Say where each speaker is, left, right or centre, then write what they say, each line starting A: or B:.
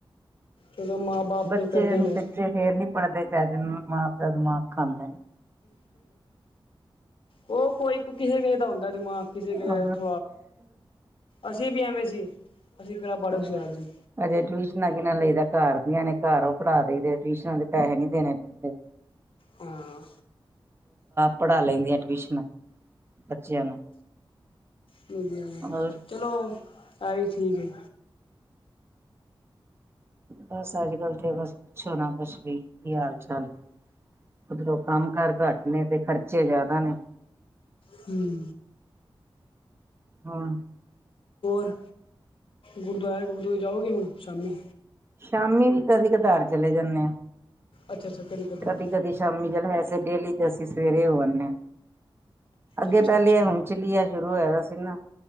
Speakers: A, on the left; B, on the right.
A: ਚਲੋ ਮਾਂ ਬਾਪ
B: ਬੱਚੇ
A: ਤੇ ਕਰਦੇ
B: ਨੂੰੱਚੇ
A: ਨੇ
B: ਫੇਰ ਨੀ ਪੜ੍ਹਦੇ ਚ ਜਿ ਮਾਂ ਪਿਓ ਦਾ ਦਿਮਾਗ ਖਾਂਦੇ ਨੇ
A: ਉਹ ਕੋਈ ਕਿਸੇ ਕਿਸੇ ਦਾ ਹੁੰਦਾ ਦਿਮਾਗ ਕਿਸੇਥ
B: ਹੋਰ
A: ਅਸੀਂ ਵੀ ਐਵੇਂ ਸੀ ਅਸੀਂ ਕਿਹੜਾ ਬਾਲੇ
B: ਹਮ
A: ਹੁਸ਼ਿਆਰ ਸੀ।
B: ਅਜੇ ਟਿਊਸ਼ਨਾਂ ਕਿਨਾਂ ਲਈਦਾ ਘਰ ਦੀਆਂ ਨੇ ਘਰ ਪੜ੍ਹਾ ਦੇਦੇ ਟਿਊਸ਼ਨਾਂ ਦੇ ਪੈਸੇ ਨੀ ਦੇਣੇ ਪੈਂਦੇ
A: ਹਾਂ
B: ਪੜਾ ਲੈਂਦੀਆਂ ਬੱਚਿਆਂ ਨੂੰ
A: ਧਆ
B: ਹੋਰ
A: ਚਲੋ ਐ ਵੀ ਠੀਕ ਹੈ
B: ਬਸ ਅੱਜ ਕੱਲ ਤੇ ਬਸ ਪੁੱਛੋ ਨਾ ਕੁਛ ਵੀ ਕੀ ਹਾਲ ਚਾਲ ਉਧਰੋਂ ਕੰਮ ਕਾਰ ਘੱਟ ਨੇ ਤੇ ਖਰਚੇ ਜ਼ਿਆਦਾ ਨੇ
A: ਹਮ
B: ਹਾਂ
A: ਰ ਗੁਰਦੁਆਰੇ ਗੁਰਦੁਆਰੇ ਜਾਓਗੇ ਹੁਣ ਸ਼ਾਮੀ
B: ਸ਼ਾਮੀ ਵੀ ਤਾਂ ਅਸੀਂ ਕਧਾਰ ਚਲੇ ਜਾਂਦੇ ਹਾਂ
A: ਅੱਛਾ-ਅੱਛਾ ਕਦੇ ਕਦਾਰ
B: ਕਦੀ ਕਦੀ ਸ਼ਾਮੀ ਚੱਲ ਵੈਸੇ ਡੇਲੀ ਤੇ ਅਸੀਂ ਸਵੇਰੇ ਹੋ ਆਦੇ ਹਾਂ ਅੱਗੇ
A: ਅੱਛਾ-ਅੱਛਾ
B: ਪਹਿਲੇ ਹੁਣ ਚਲੀਆ ਸ਼ੁਰੂ ਹੋਇਆ ਸੀ ਨਾ